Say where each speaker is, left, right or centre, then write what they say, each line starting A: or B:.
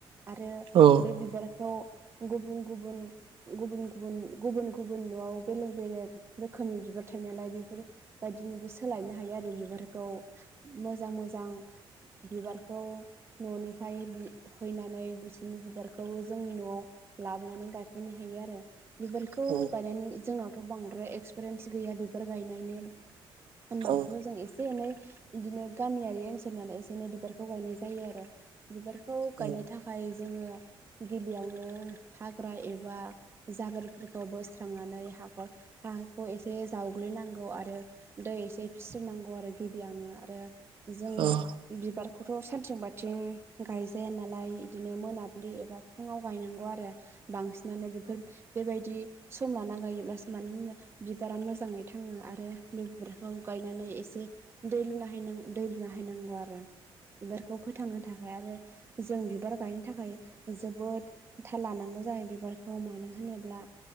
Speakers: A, on the right (about 25°); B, on the right (about 60°).
A: आरो
B: औ
A: बे बिबारखौ गुबुन गुबुन गुबुन गुबुन गुबुन गु गुबुन न'आव बेलेग बेलेग रोखोमनि बिबार थायो नालाय बेफोर बायदिनिबो सोलायनो हायो आरो बिबारखौ मोजां मोजां बिबारखौ न'निफ्राय बिहैनानै बिसोरनि बिबारखौ जोंनि न'आव लाबोनानै गायफैनो हायो आरो बिबारखौ
B: औ
A: नि जोंनावथ' बांद्राय एक्सपिरियेन्स गैया बिबार गायनायनि होनबाबोथ'
B: औ
A: जों एसे एनै इदिनो गामियारि ओनसोल नालाय एसे एनै बिबारखौ गायनाय जायो आरो बिबारखौ गायनो
B: औ
A: थाखाय जोङो गिबियावनो हाग्रा एबा जाबोरफोरखौ बोस स्रांनानै हाखर हाखौ एसे जावग्लिनांगौ आरो दै एसे फिस्रोनांगौ आरो गिबियावनो आरो जोङो
B: आं
A: बिबार खौथ' सानथिं बाथिं गायजाया नालाय इदिनो मोनाब्लि एबा फुङाव गायनांगौ आरो बांसिनानो बेफोर बेबायदि सम लाना गायोब्लासो मानो होनब्ला बिबारा मोजाङै थाङो आरो बे बिबारखौ गायनानै एसे दै लुना हैनां दै लुना हैनांगौ आरो बिबारखौ फोथांनो थाखाय आरो जों बिबार गायनो थाखाय जोबोद थाल लानांगौ जायो बिबारखौ मानो होनोब्ला